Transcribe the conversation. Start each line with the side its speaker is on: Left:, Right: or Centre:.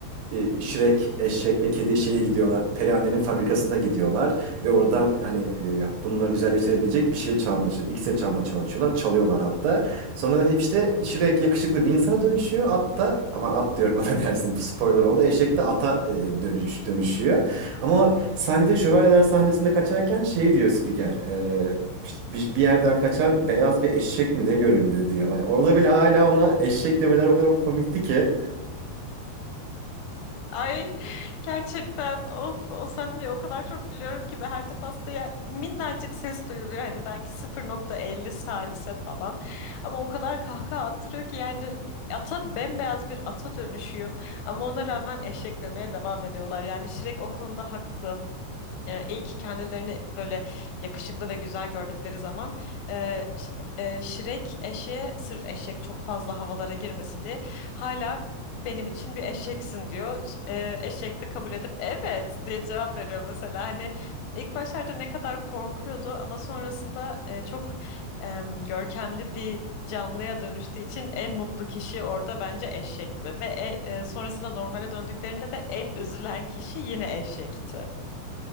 Right: e, Shrek, eşek ve kedi şeye gidiyorlar. Perihanne'nin fabrikasına gidiyorlar ve oradan hani e, bunları güzelleştirebilecek bir şey çalmaya çalışıyorlar. İksir çalmaya çalışıyorlar. Çalıyorlar hatta. Sonra da hep işte Shrek yakışıklı bir insana dönüşüyor. At da aman at diyorum <laughs> affedersin bu spoiler oldu. Eşek de ata e, dönüş, dönüşüyor. Ama sahnede şövalyeler sahnesinde kaçarken şey diyor spiker. e, işte bir, bir yerden kaçan beyaz bir eşek mi ne göründü diyor. Yani orada bile hala ona eşek demeleri o kadar komikti ki.
Left: Ay gerçekten of o sahneye o kadar çok gülüyorum ki ve her defasında ya minnacık ses duyuluyor hani belki 0.50 salise falan ama o kadar kahkaha attırıyor ki yani ata bembeyaz bir ata dönüşüyor ama ona rağmen eşek demeye devam ediyorlar yani Shrek o konuda haklı. e, ilk kendilerini böyle yakışıklı ve güzel gördükleri zaman e, ş- e, Şirek eşeğe sırf eşek çok fazla havalara girmesin diye hala benim için bir eşeksin diyor. Ş- E, eşek de kabul edip evet diye cevap veriyor mesela. Hani ilk başlarda ne kadar korkuyordu ama sonrasında e, çok em, görkemli bir canlıya dönüştüğü için en mutlu kişi orada bence eşekti ve e, e, sonrasında normale döndüklerinde de en üzülen kişi yine eşekti.